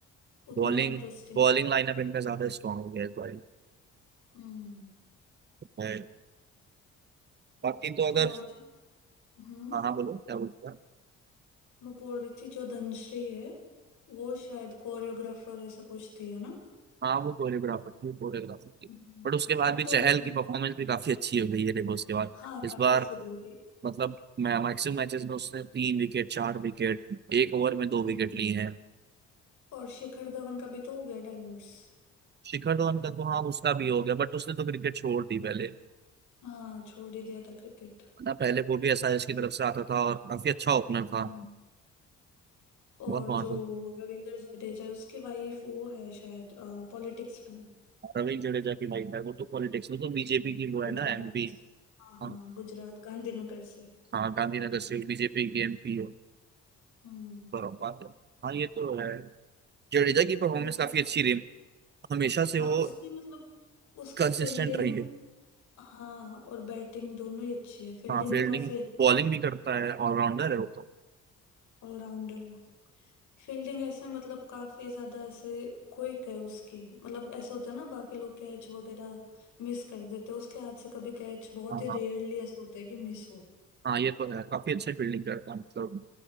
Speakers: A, on the left; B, on the right.
A: उतना
B: बॉलिंग
A: इंटरेस्टिंग
B: बॉलिंग लाइनअप इनका ज्यादा स्ट्रांग हो गया इस बार
A: हम्म
B: है। बाकी तो अगर
A: और जो- हम्म
B: हाँ हाँ बोलो क्या बोलते हैं
A: मैं बोल रही थी जो धनश्री है वो शायद कोरियोग्राफर ऐसा कुछ थी है ना
B: हाँ वो कोरियोग्राफर थी कोरियोग्राफर थी
A: हम्म।
B: बट उसके बाद
A: अब
B: भी
A: तो
B: चहल
A: लेकिन
B: की परफॉर्मेंस भी काफी अच्छी हो गई है देखो उसके बाद
A: हाँ
B: इस
A: काफी
B: बार
A: सुधर गई
B: मतलब मैं मैक्सिमम मैचेस में उसने तीन विकेट चार विकेट एक ओवर में दो
A: हम्म।
B: विकेट लिए हैं
A: और शिखर धवन का भी तो हो गया डाइवोर्स
B: शिखर धवन का तो हाँ उसका भी हो गया बट उसने तो क्रिकेट छोड़ दी पहले
A: हाँ छोड़ ही दिया था क्रिकेट
B: ना पहले वो भी एसआरएच की तरफ से आता था और काफी अच्छा ओपनर था
A: हम्म। और
B: बहुत महत्वपूर्ण
A: जो रविंद्र जडेजा है उसकी वाइफ वो है शायद पॉलिटिक्स में
B: रविंद्र जडेजा की लाइफ है वो तो पॉलिटिक्स में
A: हम्म।
B: तो बीजेपी की वो है
A: गुजरात
B: ना एमपी
A: हाँ
B: हाँ
A: हाँ गुजरात गांधीनगर से
B: हाँ, गांधीनगर से बीजेपी की एमपी हो
A: हम्म
B: बात है हाँ ये तो है जडेजा की परफॉर्मेंस
A: वो भी
B: काफी
A: आती
B: अच्छी रही
A: है
B: हमेशा से
A: हाँ
B: वो
A: उसकी मतलब उसकी
B: कंसिस्टेंट
A: फील्डिंग
B: रही है
A: हाँ और बैटिंग दोनों ही अच्छी है फील्डिंग
B: हाँ फील्डिंग
A: तो काफी अच्छी
B: बॉलिंग
A: है
B: भी करता है ऑलराउंडर है वो तो
A: ऑलराउंडर है फील्डिंग ऐसे मतलब काफी ज्यादा ऐसे क्विक है उसकी मतलब ऐसा होता है ना बाकी लोग कैच वगैरह मिस कर देते हैं उसके हाथ से कभी कैच बहुत
B: हाँ
A: ही
B: हाँ
A: रेयरली ऐसा होता है कि मिस हो
B: हाँ, ये तो है काफी अच्छी फील्डिंग करता है मतलब